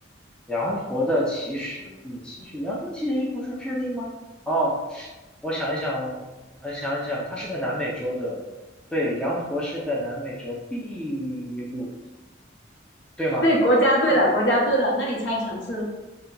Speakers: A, in the centre; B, on the left.
A: 羊驼的起始地，起始羊驼的起始地不是智利吗？哦，我想一想，我想一想，它是在南美洲的，对，羊驼是在南美洲秘鲁，对吗？
B: 对，国家队了，
A: 是秘鲁。
B: 国家队了。那你猜城市？